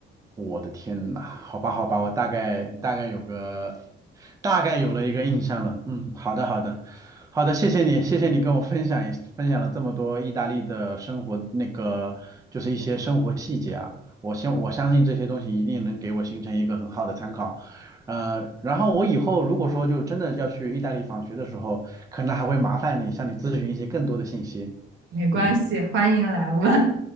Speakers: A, on the right; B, on the right.
A: 我的天呐，好吧，好吧，我大概大概有个大概有了一个印象了。嗯，好的，好的，好的，谢谢你，谢谢你跟我分享一分享了这么多意大利的生活，那个就是一些生活细节啊。我相我相信这些东西一定能给我形成一个很好的参考。呃，然后我以后如果说就真的要去意大利访学的时候，可能还会麻烦你向你咨询一些更多的信息。
B: 没关系，
A: 嗯。
B: 欢迎来问。